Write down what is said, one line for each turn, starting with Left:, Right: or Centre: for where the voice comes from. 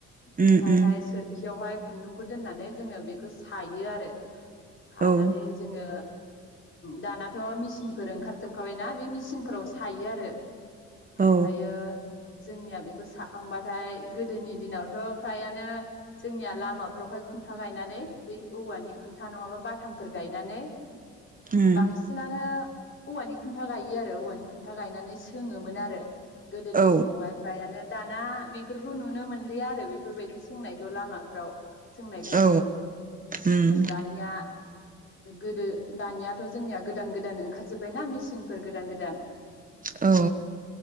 Left: बेहायहाय
Right: उम उम
Left: सोरखियावहाय खुन्दुंखौ दोन्नानै जोङो बेखौ सायो आरो। सानानै
Right: औ
Left: जोङो दानाथ' मेचिनफोर ओंखारजोबखाबायना बे मेचिनफोराव सायो आरो ओमफायो
Right: औ
Left: जोंनिया बेखौ साखांबाथाय गोदोनि दिनावथ' फ्रायानो जोंनिया लामाफ्रावहाय खुन्था गायनानै बै औवानि खुन्था नङाबा बाथामफोर गायनानै
Right: उम
Left: बांसिनानो औवानि खुन्था गायो आरो औवानि खुन्था गायनानै सोङोमोन आरो गोदोनि
Right: औ
Left: समावहाय फ्रायानो दाना बेफोरखौ नुनो मोनलिया आरो बेफोरबायदि सोंनायखौ लामाफ्राव सोंनायफोरखौ
Right: औ उम
Left: धानिया गोदो दानियाथ' जोंनिया गोदान गोदान ओंखारजोब्बायनाा मेसिनफोर गोदान गोदान
Right: औ